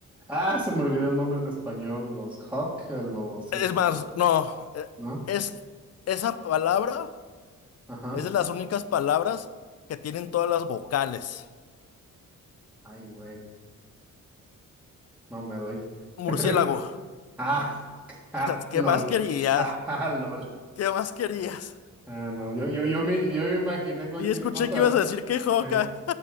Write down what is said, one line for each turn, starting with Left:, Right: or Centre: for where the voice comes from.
Centre: Ah, se me olvidó el nombre en español. Los Hawk, los
Left: Es
Centre: esto,
Left: más, no, eh,
Centre: ¿no?
Left: es esa palabra
Centre: Ajá.
Left: es de las únicas palabras que tienen todas las vocales.
Centre: Ay, güey, no me doy.
Left: Murciélago.
Centre: <laughs> Ah, ah,
Left: <laughs> ¿Qué
Centre: lol.
Left: más querías?
Centre: Ah, ah, lol.
Left: ¿Qué más querías?
Centre: Ah, no, yo, yo, yo me, yo me imaginé cualquier
Left: Sí, escuché
Centre: cosa.
Left: que ibas a decir que joca.
Centre: Eh,